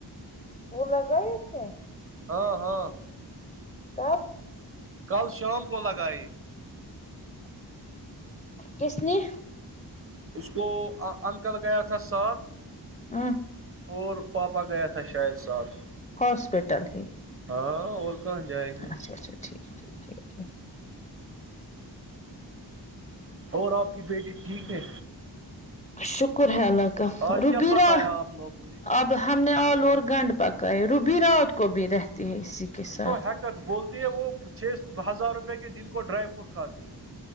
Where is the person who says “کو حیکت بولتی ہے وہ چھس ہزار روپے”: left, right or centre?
Right